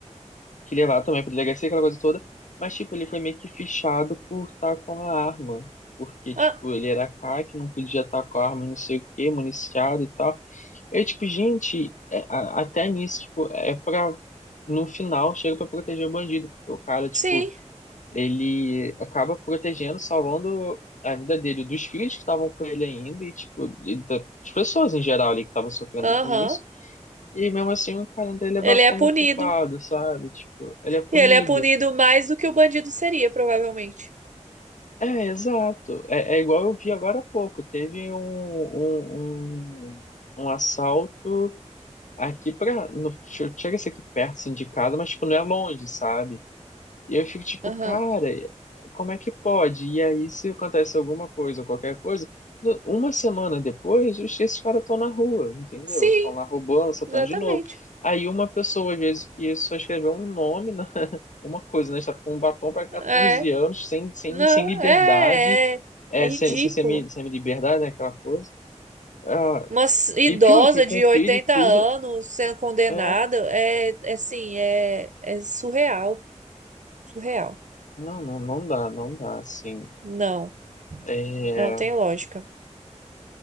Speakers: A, on the left; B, on the right.
A: que levado também para delegacia aquela coisa toda, mas tipo ele foi meio que fichado por estar com a arma. Porque,
B: Ah,
A: tipo, ele era CAC, não podia estar com a arma, não sei o quê, municiado e tal. Eu, tipo, gente, é, a- até nisso, tipo, é pra, no final, chega pra proteger o bandido, porque o cara, tipo,
B: sim,
A: ele acaba protegendo, salvando a vida dele, dos filhos que estavam com ele ainda, e, tipo, e das pessoas em geral ali que estavam sofrendo
B: aham.
A: com isso, e mesmo assim o cara ainda é levado
B: Ele é
A: como
B: punido.
A: um culpado, sabe? Tipo, ele é punido.
B: E ele é punido mais do que o bandido seria, provavelmente.
A: É, exato. É, é igual eu vi agora há pouco, teve um, um, um, um assalto Aqui pra. No, tipo, chega a ser aqui perto, assim, de casa, mas, tipo, não é longe, sabe? E eu fico tipo,
B: Aham.
A: cara, como é que pode? E aí, se acontece alguma coisa ou qualquer coisa, no- uma semana depois, os- esses caras estão na rua, entendeu?
B: Sim,
A: Estão lá roubando, assaltando
B: exatamente.
A: de novo. Aí, uma pessoa, às vezes, que só escreveu um nome, na- <laughs> uma coisa, né? Está com um batom para 14
B: É,
A: anos, sem, sem,
B: não,
A: sem liberdade,
B: é, é,
A: é,
B: é ridículo.
A: sem, sem, semi, liberdade né? Aquela coisa. Ah,
B: Uma s- idosa
A: e pior que com
B: de
A: filho
B: 80
A: e tudo.
B: anos sendo condenada
A: É,
B: é, é assim, é, é surreal, surreal.
A: Não, não, não dá, não dá, assim.
B: Não,
A: É,
B: não tem lógica.